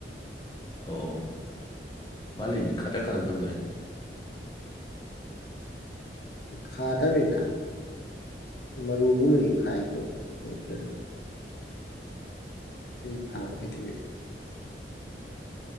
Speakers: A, on the left; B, on the left.
A: ꯑꯧ ꯑꯧ ꯃꯥ ꯂꯩ ꯈꯥꯇꯛ ꯈꯥꯇꯛ ꯇꯧꯗꯥꯏꯅꯦ?
B: ꯈꯥꯗꯧꯔꯤꯗ ꯃꯔꯨꯒꯨꯝꯕꯗꯤ ꯈꯥꯏꯀꯣ <unintelligible> <unintelligible> ꯈꯥꯕ
A: ꯑꯣ
B: <unintelligible>